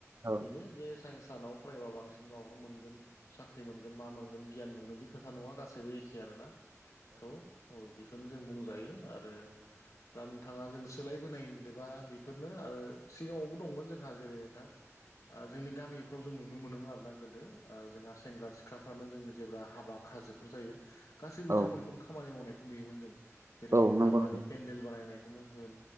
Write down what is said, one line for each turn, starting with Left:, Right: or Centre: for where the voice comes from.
Right: औ
Left: बेनो जे साइन्स लानाव फरायबा बांसिन माबा मोनगोन साख्रि मोनगोन मा मोनगोन गियान मोनगोन बे खोथा नङा गासैबो एखे आरो ना थौ औ बेखौनो जों बुंजायो आरो द नोंथाङा जों सोलायबोनाय होनदोंोबा बेफोरनो आरो सिगाङावबो दंमोन जोंहा जेरै नोंथां जोंनि गामिफ्राव जों नुनो मोनोमोन आर ना गोदो जोंहा सेंग्रा सिख्लाफ्रानो जों जेब्ला हाबा खाजोब जायो गासैबो
Right: औ
Left: बिथांमोनखौनो खामानि मावनायखौ नुयोमोन जों जेरै
Right: औ नंगौ
Left: हाबानि
Right: नंगौ
Left: केन्देल बानायनायखौनो होन